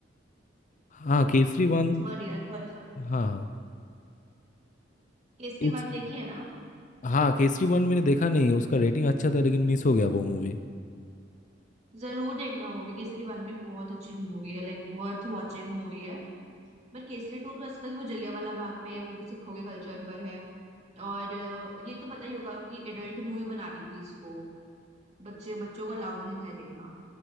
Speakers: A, on the left (about 40°); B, on the right (about 35°).
A: हाँ केसरी वन
B: सॉरी यार सॉरी सॉरी
A: हाँ हाँ
B: केसरी
A: केसरी
B: वन देखी है ना
A: हाँ केसरी वन मैंने देखा नहीं है उसका रेटिंग अच्छा था लेकिन मिस हो गया वो मूवी
B: जरूर देखना मूवी केसरी वन भी बहुत अच्छी मूवी है लाइक वर्थ वॉचिंग मूवी है बट केसरी टू तो ऐसा था कि वो जलियांवाला बाग पे है वो भी सिखों के कल्चर पर है और अ, ये तो पता ही होगा कि एडल्ट मूवी बना दी थी इसको बच्चे बच्चों को अलाउड नहीं था ये देखना